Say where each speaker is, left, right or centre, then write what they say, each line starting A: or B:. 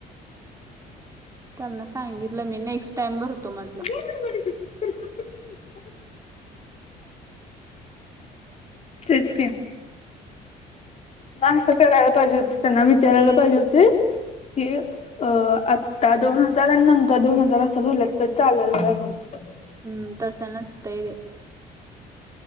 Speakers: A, on the right (about 20°); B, on the left (about 40°).
A: त्यांना सांगितलं मी. नेक्स्ट टाइम भरतो म्हटलं.
B: <unintelligible> तेच की. म असं करायला पाहिजे होतीस, त्यांना विचारायला
A: ते
B: पाहिजे होतीस कि, अ आता दोन हजार आणि नंतर दोन हजार असं, भरलं तर चालल काय म्हणून.
A: हम्म. तसं नसतंय ते.